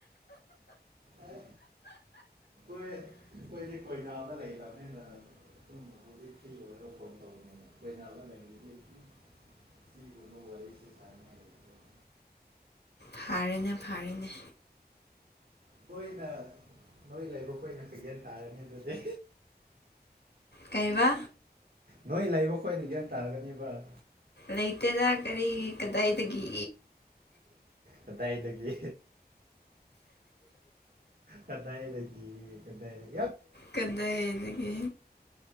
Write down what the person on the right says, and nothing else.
ꯑꯦ ꯑꯩꯈꯣꯏꯗꯤ ꯀꯣꯏꯅꯥꯜꯗ ꯂꯩꯗꯕꯅꯤꯅ ꯍꯧꯖꯤꯛ ꯐ꯭ꯔꯤ ꯑꯣꯏꯔꯒ ꯐꯣꯟ ꯇꯧꯕꯅꯤꯅꯦ ꯀꯣꯏꯅꯥꯜꯗ ꯂꯩꯔꯤꯗꯤ ꯁꯤꯒꯨꯝꯕ ꯋꯥꯔꯤ ꯁꯤ ꯁꯥꯟꯅꯉꯥꯏ ꯂꯩ
ꯇꯣꯏꯅ ꯅꯣꯏ ꯂꯩꯕ ꯀꯣꯏꯅ ꯄꯤꯒꯦꯜ ꯇꯥꯔꯅꯤ ꯑꯗꯨꯗꯤ
ꯅꯣꯏ ꯂꯩꯕ ꯈꯣꯠꯅ <unintelligible> ꯇꯥꯒꯅꯤꯕ
ꯀꯗꯥꯏ ꯆꯒ ꯀꯗꯥꯏ ꯇ ꯀꯗꯥ